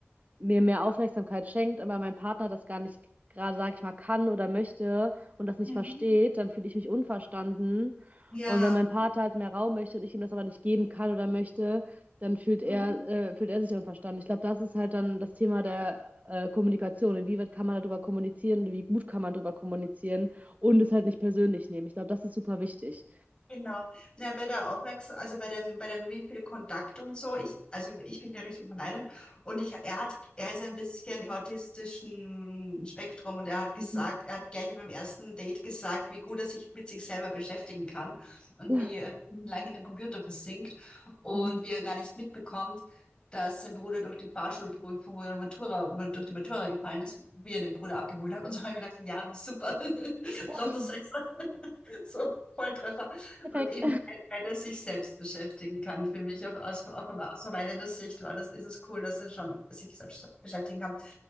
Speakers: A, on the right (about 35°); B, on the left (about 20°).
A: mir mehr Aufmerksamkeit schenkt, aber mein Partner das gar nicht gerade, sag ich mal, kann oder möchte und das nicht
B: Mhm.
A: versteht, dann fühle ich mich unverstanden.
B: Ja.
A: Und wenn mein Partner halt mehr Raum möchte und ich ihm das aber nicht geben kann oder möchte, dann fühlt er,
B: Mhm.
A: äh, fühlt er sich unverstanden. Ich glaube, das ist halt dann das Thema der äh, Kommunikation. Inwieweit kann man darüber kommunizieren und wie gut kann man darüber kommunizieren und es halt nicht persönlich nehmen. Ich glaube, das ist super wichtig.
B: Genau. Ja, bei der Aufmerksamkeit, also bei dem, bei dem, wie viel Kontakt und so, ich, also ich bin ja Richtung vermeiden und ich, er hat, er ist ein bisschen im autistischen Spektrum und er hat gesagt,
A: Mhm.
B: er hat gleich beim ersten Date gesagt, wie gut er sich mit sich selber beschäftigen kann und
A: <laughs>
B: wie er lange in den Computer versinkt und
A: Mhm.
B: wie er gar nicht mitbekommt, dass sein Bruder durch die Fahrschulprüfung oder Matura, durch die Matura gefallen ist, wie er den Bruder abgeholt hat und so habe ich mir gedacht, ja, super, <laughs>
A: <laughs>
B: Lotto 6, <laughs> so Volltreffer.
A: Perfekt.
B: Eben, weil weil er sich selbst beschäftigen kann, für mich auf, aus, auf, aus verweilerter Sicht, weil das ist es cool, dass er schon sich selbst beschäftigen kann.